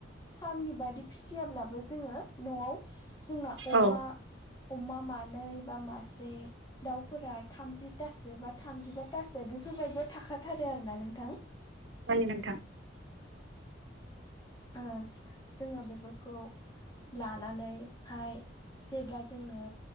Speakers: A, on the left; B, on the right.
A: फार्मनि बादि फिसियाब्लाबो जोङो न'आव जोंना अमा
B: औ
A: अमा मानै बा मासे दाउफोरा थामजिथासो बा थामजिबााथासो बेफोरबायदिया थाखाथारो आरोना नोंथां।
B: जायो नोंथां।
A: ओ जोङो बेफोरखौ लानानैहाय जेब्ला जोंनो